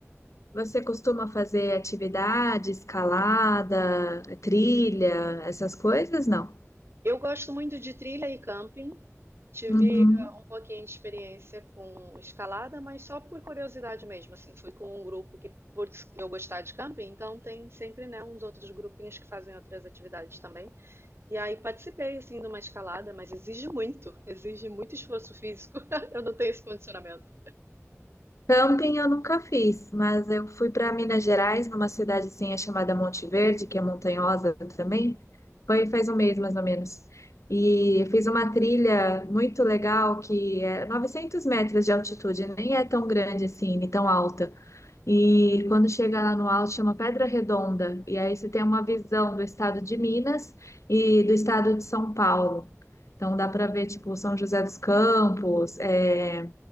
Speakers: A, on the left; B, on the right.
A: Você costuma fazer atividade, escalada, trilha, essas coisas? Não.
B: Eu gosto muito de trilha e camping. Tive
A: Uhum.
B: ah, um pouquinho de experiência com escalada, mas só por curiosidade mesmo, assim, fui com um grupo que, por eu gostar de camping, então tem sempre, né, uns outros grupinhos que fazem outras atividades também. E aí participei, assim, de uma escalada, mas exige muito, exige muito esforço físico. <laughs> Eu não tenho esse condicionamento.
A: Camping eu nunca fiz, mas eu fui para Minas Gerais, numa cidadezinha chamada Monte Verde, que é montanhosa também. Foi faz um mês mais ou menos. E fiz uma trilha muito legal que é 900 metros de altitude, nem é tão grande assim, nem tão alta. E quando chega lá no alto, chama Pedra Redonda. E aí você tem uma visão do estado de Minas e do estado de São Paulo. Então dá para ver tipo São José dos Campos, é